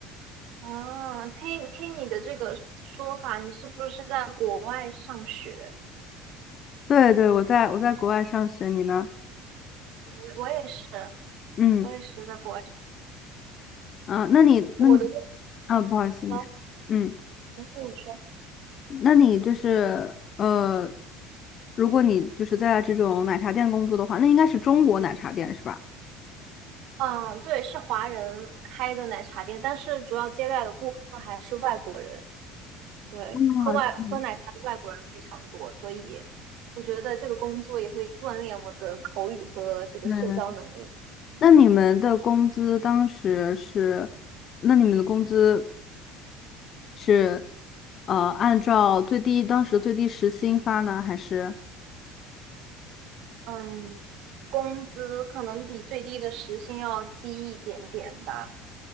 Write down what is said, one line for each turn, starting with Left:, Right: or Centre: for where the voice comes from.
Right: 啊，听听你的这个说法，你是不是在国外上学？
Left: 对对，我在我在国外上学，你呢？
Right: 我我也是，
Left: 嗯。
Right: 我也是在国外。
Left: 嗯，那你那你
Right: 我的工
Left: 啊，不好意思，
Right: 作，
Left: 你说，嗯，
Right: 没事，你说。
Left: 那你就是呃，如果你就是在这种奶茶店工作的话，那应该是中国奶茶店是吧？
Right: 嗯，对，是华人开的奶茶店，但是主要接待的顾客还是外国人。对，
Left: 啊，
Right: 喝外喝奶茶的外国人非常多，
Left: 嗯
Right: 所以我觉得这个工作也会锻炼我的口语和这个社交能力。
Left: 对。那你们的工资当时是，那你们的工资是呃按照最低当时的最低时薪发呢，还是？
Right: 嗯，工资可能比最低的时薪要低一点点吧，